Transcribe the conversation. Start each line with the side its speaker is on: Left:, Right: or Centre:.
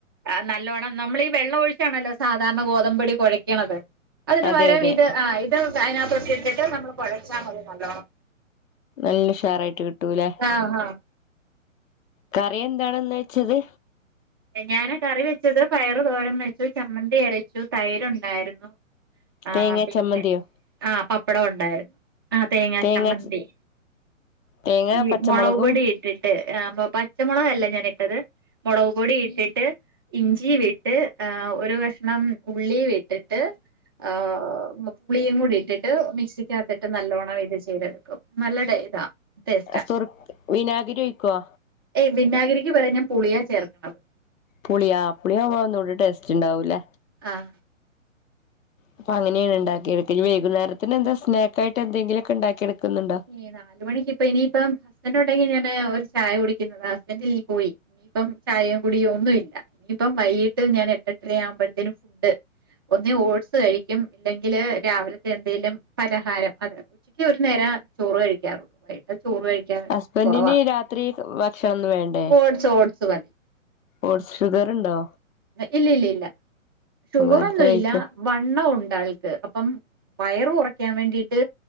Right: ആഹ് നല്ലോണ്ണം നമ്മളീ വെള്ളം ഒഴിച്ചാണല്ലോ സാധാര്ണ ഗോതമ്പൊടി കൊഴക്ക്ണത് അതിന്പകരം
Left: അതെ അതെ
Right: ഇത് ആഹ് ഇത് അയ്നക്‌ത്തോട്ടിട്ടിട്ട് നമ്മള് കൊഴച്ചാമതി നല്ലോണം
Left: നല്ല ഉഷാറായ്ട്ട് കിട്ടൂലേ
Right: ആഹ് ഹാഹ്
Left: കറി എന്താണ്ന്ന് വെച്ച്ത്
Right: ഞാന് കറി വെച്ചെത് പയറ് തോരം വെച്ചു ചമ്മന്തി അരച്ചു തൈരുണ്ടായ്ര്ന്നു ആഹ്
Left: തേങ്ങാ
Right: പിന്നെ
Left: ചമ്മന്തിയോ
Right: ആഹ് പപ്പടം ഉണ്ടായ്ര് ആഹ് തേങ്ങാ
Left: തേങ്ങ
Right: ചമ്മന്തി
Left: തേങ്ങ
Right: ഈ
Left: പച്ചമുളകും
Right: മൊളക് പൊടീ ട്ടിട്ട് ഏഹ് പോ പച്ചമാെളകല്ല ഞാനിട്ടത് മാെളകു പൊടി ഇട്ടിട്ട് ഇഞ്ചീം വിട്ട് ആഹ് ഒരു കഷ്ണം ഉള്ളീം വിട്ട്ട്ട് ആഹ് പുളിയും കൂടെ ഇട്ടിട്ട് മിക്സിക്കകത്തിട്ട് നല്ലോണം ഇത് ചെയ്തെട്ക്കും നല്ല ടെ ഇതാ ടേസ്റ്റാ
Left: സുർക് വിനാഗിരി ഒയ്ക്കോ
Right: ഏയ് വിനാഗിരിയ്ക്ക് പകരം പുളിയാ ചേർക്ക്ണത്
Left: പുളിയാ പുളിയാവുമ്പം ഒന്നൂടെ ടേസ്റ്റ്ണ്ടാവു ലേ
Right: ആഹ്
Left: അപ്പ അങ്ങനെയാണ് ഇണ്ടാക്കിയതൊക്കെ ഞ്ഞ് വെയ്കുന്നേരത്തിനെന്താ സ്നാ ക്കായിട്ട് എന്തെങ്കിലൊക്കെ ണ്ടാക്കി എട്ക്ക്ന്ന്ണ്ടോ
Right: ഏഹ് നാല് മണിക്ക് ഇപ്പ ഇനിയിപ്പം ഹസ്ബന്റ് ഉണ്ടെങ്കി ഞാന് ഒര് ചായ കുടിക്ക്ന്നതാ ഹസ്ബന്റ് ൽ പോയി ഇനിയിപ്പം ചായെ കുടിയാെ ഒന്നും ഇല്ല ഇനിയിപ്പം വൈകിട്ട് ഞാൻ എട്ട് എട്ടെര്യാവുംമ്പഴ്ത്തേനും ഫുഡ്ഡ് ഒന്നേ ഓട്സ് കഴിക്കും ഇല്ലെങ്കില് രാവിലത്തെ എന്തേലും പലഹാരം അതെ ഉച്ചക്ക് ഒര് നേരാ ചോറ് കഴിക്കാറൊള്ളൂ വൈകീട്ട് ചോറ് കഴി ക്ക്യാ
Left: ഹസ്ബൻഡിന്
Right: കാെറവാ
Left: രാത്രി ഭക്ഷണൊന്നും വേണ്ടേ
Right: ഓട്സ് ഓട്സ് മതി
Left: ഓട്സ് ഷുഗർ ഉണ്ടോ
Right: ഇല്ലില്ലില്ല ഷുഗറൊന്നും
Left: നേരത്തെ കഴിക്കും
Right: ഇല്ലാ വണ്ണം ഉണ്ട് ആൾക്ക് അപ്പം വയറ് കൊറയ്ക്കാൻ വേണ്ടീട്ട്